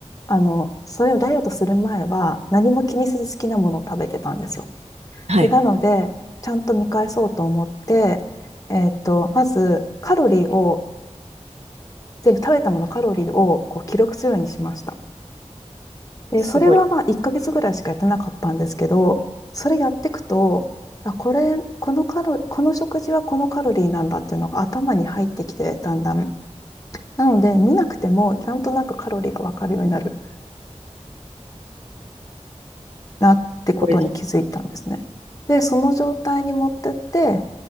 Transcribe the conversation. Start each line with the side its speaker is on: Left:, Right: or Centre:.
Left: あの、それをダイエットする前は何も気にせず好きなものを食べてたんですよ。
Right: はい。
Left: で、なので、ちゃんと見返そうと思って、えっと、まずカロリーを、全部食べたものカロリーをこう記録するようにしました。で、
Right: すごい。
Left: それはまあ1ヶ月ぐらいしかやってなかったんですけど、それやっていくと、あ、これ、このカロ、この食事はこのカロリーなんだっていうのが頭に入ってきて、だんだん。なので、見なくても、なんとなくカロリーがわかるようになるなってことに気づいたんですね。
Right: これです。
Left: で、その状態に持ってって、